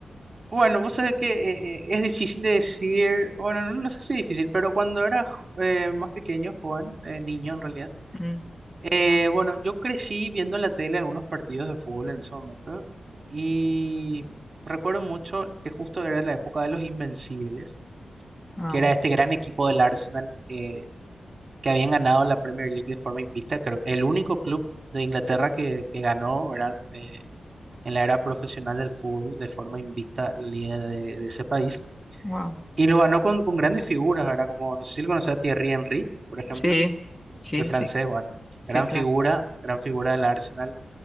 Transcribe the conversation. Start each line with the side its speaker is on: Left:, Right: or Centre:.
Right: Bueno, vos sabés que eh, eh, es difícil de decir, bueno, no, no sé si difícil, pero cuando era jo- eh, más pequeño, joven, eh, niño en realidad.
Left: Mm,
Right: Eh, bueno, yo crecí viendo en la tele algunos partidos de fútbol en ese momento y recuerdo mucho que justo era la época de los Invencibles,
Left: ah,
Right: que era este gran equipo del Arsenal eh, que habían ganado la Premier League de forma invicta, creo, el único club de Inglaterra que, que ganó, ¿verdad? Eh, en la era profesional del fútbol de forma invicta la liga de, de ese país
Left: wow.
Right: y lo ganó con, con grandes figuras, ¿verdad? Como no sé si lo conocía a Thierry Henry, por ejemplo,
Left: Sí, sí,
Right: el francés,
Left: sí,
Right: bueno
Left: sí,
Right: gran
Left: claro.
Right: figura, gran figura del Arsenal